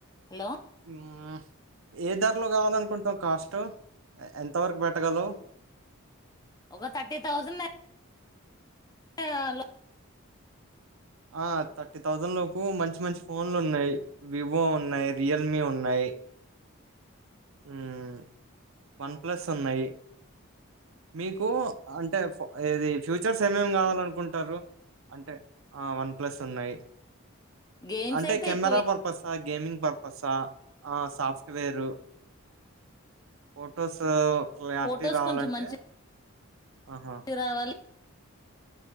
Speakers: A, on the left (about 15°); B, on the right (about 70°).
A: హలో
B: మ్మ్. ఏ ధరలో కావాలనుకుంటు కాస్ట్ ఎ ఎంత ఎంతవరకు పెట్టగలవు.
A: ఒక థర్టీ థౌజండ్ అ చేయాలో
B: ఆ థర్టీ థౌజండ్ లోపు మంచి మంచి ఫోన్లు ఉన్నాయ్ వివో ఉన్నాయ్ రియల్మీ ఉన్. నై ఉమ్ వన్ ప్లస్ ఉన్నాయ్ మీకు? అంటే ఫోన్ ఏది ఫ్యూచర్స్ ఏమేమి కావాలనుకుంటారు? అంటే ఆ వన్ ప్లస్ ఉన్నాయి
A: గేమ్స్
B: అంటే
A: అయితే
B: కెమెరా
A: ఎక్కువే
B: పర్పసా గేమింగ్ పర్పస్ ఆ ఆ సాఫ్టువేరు ఫొటోస్ క్లారిటీ
A: ఫొటోస్
B: రావాలంటే
A: కొంచెం మంచి
B: ఆహా
A: రావాలి